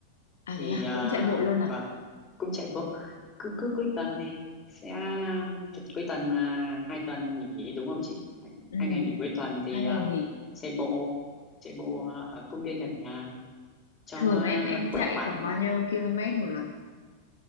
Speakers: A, on the left (about 65°); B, on the left (about 20°).
A: à
B: thì
A: thế à
B: à,
A: cũng chạy bộ luôn à
B: vâng cũng chạy bộ cứ cứ cuối tuần này sẽ cuối tuần là hai tuần nghỉ đúng không chị hai,
A: ừ
B: hai ngày nghỉ cuối tuần thì
A: hai
B: à,
A: ngày nghỉ
B: chạy bộ chạy bộ à, ở công viên gần nhà cho
A: thường
B: nó
A: em em
B: khỏe
A: chạy
B: khoắn
A: khoảng bao nhiêu km một lần